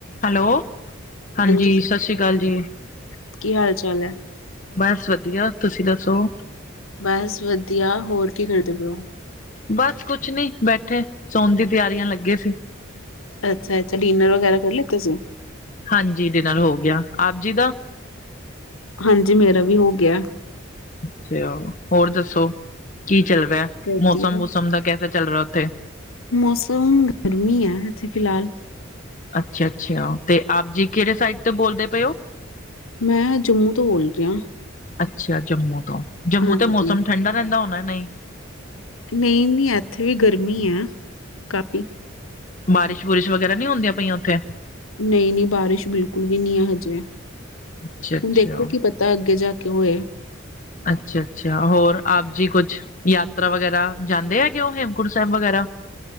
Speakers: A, on the left; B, on the left.
A: Hello. ਹਾਂਜੀ,
B: ਸਤਿ
A: ਸਸ
B: ਸ਼੍ਰੀ
A: ਸ੍ਰੀ ਕਾਲ
B: ਅਕਾਲ
A: ਜੀ।
B: ਕੀ ਹਾਲ ਚਾਲ ਐ?
A: ਬਸ ਵਧੀਆ। ਤੁਸੀ ਦੱਸੋ?
B: ਬਸ ਵਧੀਆ। ਹੋਰ ਕੀ ਕਰਦੇ ਪੇ ਓ?
A: ਬਸ ਕੁਛ ਨੀ। ਬੈਠੇ, ਸੋਨ ਦੀ ਤਿਆਰੀਆਂ ਲੱਗੇ ਸੀ।
B: ਅੱਛਾ-ਅੱਛਾ। ਡਿਨਰ ਵਗੈਰਾ ਕਰ ਲਿੱਤਾ ਸੀ?
A: ਹਾਂਜੀ, ਡਿਨਰ ਹੋ ਗਿਆ। ਆਪ ਜੀ ਦਾ?
B: ਹਾਂਜੀ, ਮੇਰਾ ਵੀ ਹੋ ਗਿਆ।
A: ਅੱਛਾ, ਹੋਰ ਦੱਸੋ, ਕੀ ਚੱਲ ਰਿਆ?
B: ਵਧੀਆ
A: ਮੌਸਮ ਮੁਸਮ ਦਾ ਕੈਸਾ ਚੱਲ ਰਾ ਓਥੇ?
B: ਮੌਸਮ <unintelligible> ਗਰਮੀ ਐ ਏੱਥੇ ਫਿਲਹਾਲ।
A: ਅੱਛਾ-ਅੱਛਾ, ਤੇ ਆਪ ਜੀ ਕੇੜੇ ਸਾਈਡ ਤੋਂ ਬੋਲਦੇ ਪਏ ਓ?
B: ਮੈਂ, ਜੰਮੂ ਤੋਂ ਬੋਲ ਰਈ ਆਂ।
A: ਅੱਛਾ, ਜੰਮੂ ਤੋਂ। ਜੰਮੂ
B: ਹਾਂਜੀ
A: ਤੇ ਮੌਸਮ ਠੰਡਾ ਰੈਂਦਾ ਹੋਨੈ, ਨਈ?
B: ਨਈ-ਨਈ ਏੱਥੇ ਵੀ ਗਰਮੀ ਐਂ ਕਾਫੀ।
A: ਬਾਰਿਸ਼ ਬੁਰਿਸ਼ ਵਗੈਰਾ ਨੀ ਹੁੰਦੀਆਂ ਪਈਆਂ ਓਥੇ?
B: ਨਈ-ਨਈ ਬਾਰਿਸ਼ ਬਿਲਕੁਲ ਵੀ ਨੀ ਐਂ ਹਜੇ। ਹੁਨ
A: ਅੱਛਾ-ਅੱਛਾ,
B: ਦੇਖੋ ਕੀ ਪ ਤੈ ਅੱਗੇ ਜਾ ਕੇ ਹੋਏ।
A: ਅੱਛਾ-ਅੱਛਾ, ਹੋਰ ਆਪ ਜੀ ਕੋਛ ਯਾਤਰਾ ਵਗੈਰਾ ਜਾਂਦੇ ਐ ਕਿ ਓ ਹੇਮਕੁੰਟ ਸੈਬ ਵਗੈਰਾ?